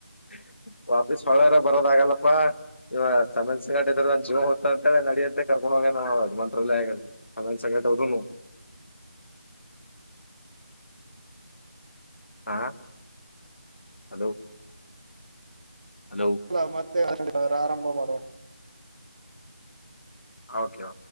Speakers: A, on the left (about 75°); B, on the right (about 40°).
A: <unintelligible> ಬರೋದ ಆಗಲ್ಲಪ್ಪಾ ಇವ ಸಮನ್ ಸಂಗಟ ಇದ್ರೆ ನ ಜೀವ ಹೊತ್ತ ಅಂತೇಳೆ ನಡಿಯತ್ತೆ ಕರ್ಕೊಂಡ್ ಹೋಗ ನದು ಮಂತ್ರಾಲಯ ಆಗಲ್ಲ ಸಮನ್ ಸಂಗಟ ಹದುನು ಹಾ ಹಲೋ ಹಲೋ
B: ಸಲಾಮತ್ <inaudible> ಆರಂಭ ಮಾಡುವ
A: ಓಕೆ